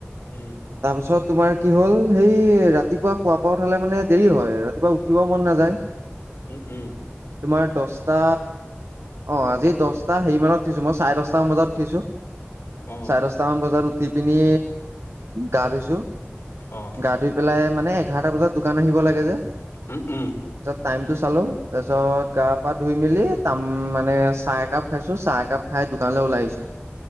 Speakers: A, on the left; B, on the right.
A: উম,
B: তাৰপিছত তোমাৰ কি হ'ল? সেই ৰাতিপুৱা শুৱাৰ পৰা উঠালে মানে দেৰি হয় ৰাতিপুৱা উঠিবও মন নাযায়।
A: উম উম।
B: তোমাৰ দছটা অ' আজি দহটা হেৰি মানত থৈছোঁ মই চাৰে দছটা মান বজাত উঠিছোঁ।
A: অ',
B: চাৰে দচটা মান বজাত উঠি পিনি গা ধুইছোঁ।
A: অ',
B: গা ধুই পেলাই মানে এঘাৰটা বজাত দোকান আহিব লাগে যে।
A: উম উম।
B: টাইম টো চালো তাৰ পিছত গা পা ধুই মেলি তাম মানে চাহ একাপ খাইছোঁ চাহ একাপ খাই। দোকানলৈ ওলাই আহিছোঁ